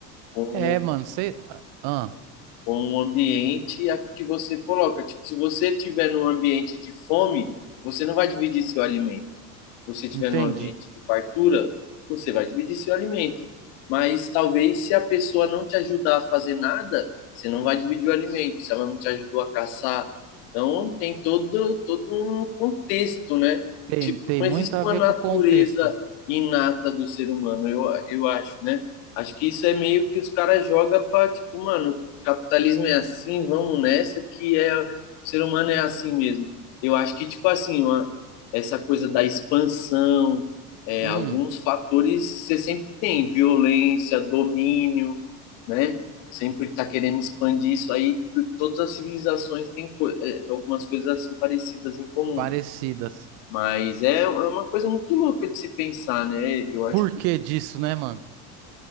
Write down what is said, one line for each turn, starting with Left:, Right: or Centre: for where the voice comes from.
Left: com
Right: é, mano, você. Ah,
Left: com o ambiente a- que você coloca. Tipo, se você estiver num ambiente de fome, você não vai dividir seu alimento. Se você estiver
Right: entendi.
Left: num ambiente de fartura, você vai dividir seu alimento. Mas talvez se a pessoa não te ajudar a fazer nada, você não vai dividir o alimento, se ela não te ajudou a caçar. Então tem todo, todo um contexto, né?
Right: Tem,
Left: Tipo,
Right: tem
Left: não
Right: muito
Left: existe
Right: a
Left: uma
Right: ver
Left: natureza
Right: com o contexto.
Left: inata do ser humano, eu, eu acho, né? Acho que isso é meio que os caras jogam para tipo, mano, capitalismo é assim, vamos nessa, que é, o ser humano é assim mesmo. Eu acho que, tipo assim, uma, essa coisa da expansão, é,
Right: Hum,
Left: alguns fatores você sempre tem, violência, domínio, né? Sempre está querendo expandir isso aí. t- Todas as civilizações têm co- é, algumas coisas assim parecidas em comum.
Right: parecidas.
Left: Mas é é uma coisa muito louca de se pensar, né? Eu acho
Right: Por que disso, né, mano?